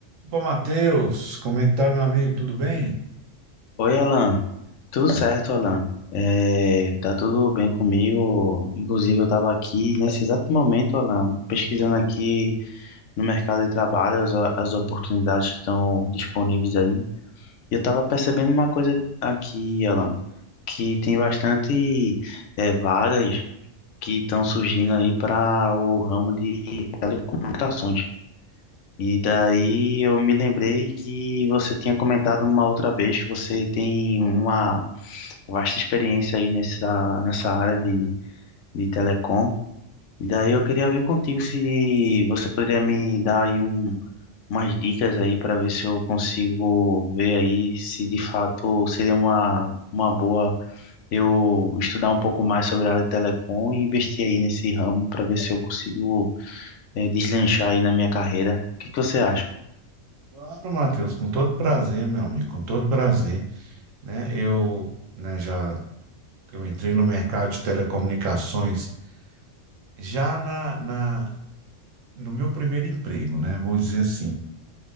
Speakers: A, on the right (about 85°); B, on the left (about 75°).
A: Opa, Matheus, como é que tá, meu amigo? Tudo bem?
B: Oi, Alan. Tudo certo, Alan? É, tá tudo bem comigo. Inclusive, eu estava aqui nesse exato momento, Alan, pesquisando aqui no mercado de trabalho as, as oportunidades que estão disponíveis aí. E eu estava percebendo uma coisa aqui, Alan, que tem bastante é, vagas que estão surgindo aí para o ramo de telecomunicações. E daí eu me lembrei que você tinha comentado uma outra vez que você tem uma vasta experiência aí nessa, nessa área de, de telecom. E daí eu queria ver contigo se você poderia me dar aí um, umas dicas aí para ver se eu consigo ver aí se de fato seria uma, uma boa eu estudar um pouco mais sobre a área de telecom e investir aí nesse ramo para ver se eu consigo eh, deslanchar aí na minha carreira. O que que você acha?
A: Claro, Matheus, com todo prazer, meu amigo, com todo prazer, né? Eu, né, já eu entrei no mercado de telecomunicações já na, na no meu primeiro emprego, né? Vou dizer assim,